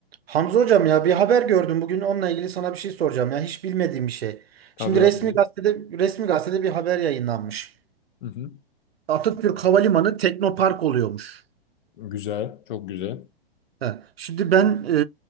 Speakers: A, on the right; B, on the left.
A: Hamza hocam ya bir haber gördüm. Bugün onunla ilgili sana bir şey soracağım. Ya hiç bilmediğim bir şey.
B: Tabii
A: Şimdi
B: abi.
A: resmi
B: buyur.
A: gazetede resmi gazetede bir haber yayınlanmış.
B: Hı hı.
A: Atatürk Havalimanı Teknopark oluyormuş.
B: Güzel, çok güzel.
A: He. Şimdi ben